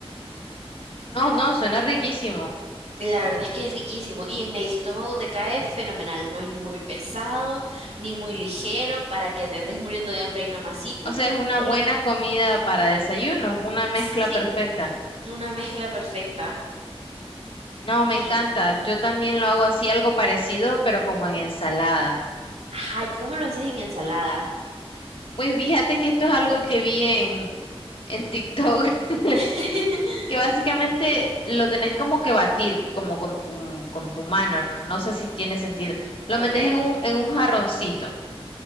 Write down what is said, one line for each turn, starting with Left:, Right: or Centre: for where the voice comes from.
Left: No, no, suena riquísimo.
Right: La verdad es que es riquísimo y en el estómago te cae fenomenal. No es ni muy pesado, ni muy ligero para que te andes muriendo de hambre y nomasito
Left: O sea, es una buena
Right: Es,
Left: comida para desayuno, una mezcla
Right: sí,
Left: perfecta.
Right: una mezcla perfecta.
Left: No, me
Right: Y,
Left: encanta. Yo también lo hago así, algo parecido, pero como en ensalada.
Right: ajá y ¿cómo lo haces en ensalada?
Left: Pues fíjate que esto es algo que vi en, en TikTok, <laughs>
Right: <laughs>
Left: que básicamente lo tenés como que batir, como con tu, con tu mano. No no sé si tiene sentido. Lo
Right: Ok,
Left: metes en un, en un jarroncito